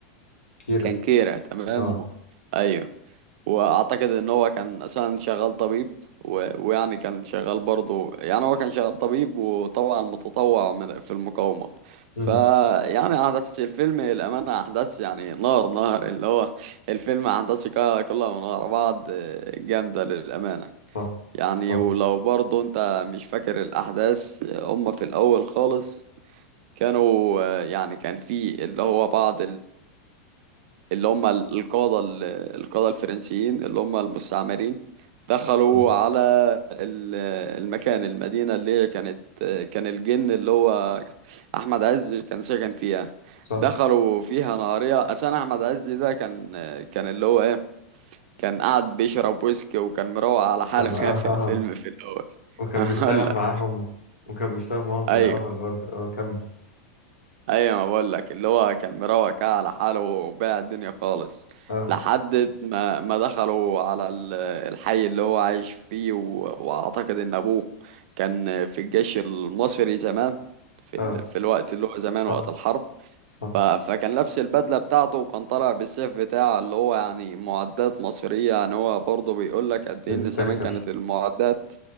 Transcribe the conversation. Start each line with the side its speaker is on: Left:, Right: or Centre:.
Left: كيرة
Right: كان كيرة تمام
Left: آه
Right: ايوه واعتقد ان هو كان اساسا شغال طبيب و... ويعني كان شغال برضه يعني هو كان شغال طبيب وطبعا متطوع من... في المقاومة
Left: أمم
Right: فيعني احداث الفيلم الامانة احداث يعني نار نار اللي هو الفيلم احداثه ك- كلها من ورا بعض آه، جامدة للامانة
Left: صح
Right: يعني
Left: صح
Right: ولو برضه انت مش فاكر الاحداث هم في الاول خالص كانوا آه، يعني كان في اللي هو بعض اللي هم ال- القادة ال- القادة الفرنسيين اللي هم المستعمرين دخلوا
Left: آه
Right: على ال- المكان المدينة اللي هي كانت كان الجن اللي هو أحمد عز كان ساكن فيها
Left: صح
Right: دخلوا فيها نهارية أساسا أحمد عز ده كان كان اللي هو إيه كان قاعد بيشرب ويسكي وكان مروق على حاله
Left: كان آه
Right: <laughs> كده في
Left: آه آه.
Right: الفيلم في الأول
Left: وكان
Right: <laughs> هقول
Left: بيشتغل
Right: لك
Left: معاهم وكان بيشتغل معاهم في
Right: أيوه
Left: الأول برضو آه كمل
Right: ايوه ما بقول لك اللي هو كان مروق كده على حاله وباع الدنيا خالص
Left: آه
Right: لحد ما ما دخلوا على ال- الحي اللي هو عايش فيه و... واعتقد ان ابوه كان في الجيش المصري زمان في ال...
Left: آه
Right: في الوقت اللي هو زمان
Left: صح
Right: وقت الحرب
Left: صح
Right: ف... فكان لابس البدلة بتاعته وكان طالع بالسيف بتاعه اللي هو يعني معدات مصرية يعني هو برضه بيقول لك قد
Left: بيفتخر
Right: إيه إن زمان كانت المعدات